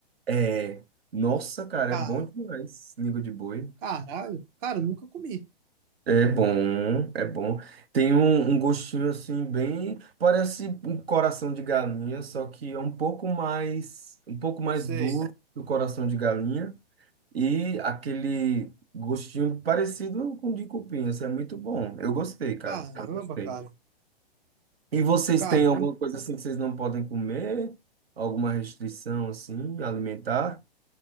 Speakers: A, on the right; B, on the right.
A: É. Nossa, cara,
B: Ah,
A: é bom demais. Língua de boi.
B: caralho, cara, eu nunca comi.
A: É bom, é bom. Tem um, um gostinho assim bem, parece um coração de galinha, só que é um pouco mais, um pouco mais
B: Sei.
A: duro que o coração de galinha e aquele gostinho parecido com o de cupim. Isso é muito bom. Eu gostei, cara.
B: Caramba,
A: Eu gostei.
B: cara.
A: E vocês
B: Caramba.
A: têm alguma coisa assim que vocês não podem comer? Alguma restrição assim alimentar?